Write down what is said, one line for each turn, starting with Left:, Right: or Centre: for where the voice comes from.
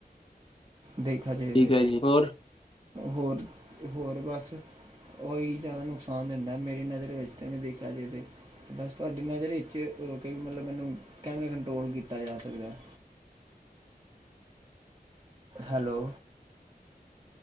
Right: ਦੇਖਾ ਜਾਏ
Left: ਠੀਕ
Right: ਤੇ।
Left: ਹੈ ਜੀ ਹੋਰ
Right: ਹੋਰ, ਤੇ ਹੋਰ ਬਸ ਉਹ ਹੀ ਜ਼ਿਆਦਾ ਨੁਕਸਾਨ ਦਿੰਦਾ ਹੈ, ਮੇਰੀ ਨਜ਼ਰ ਇਸਤੇ, ਮੈਂ ਦੇਖਿਆ ਜਾਏ ਤੇ। ਬਸ ਤੁਹਾਡੀ ਨਜ਼ਰ ਵਿੱਚ ਕਿ ਵੀ ਮਤਲਬ, ਮੈਨੂੰ ਕੈਵੇਂ ਕੰਟਰੋਲ ਕੀਤਾ ਜਾ ਸਕਦਾ ਹੈ? ਹੈਲੋ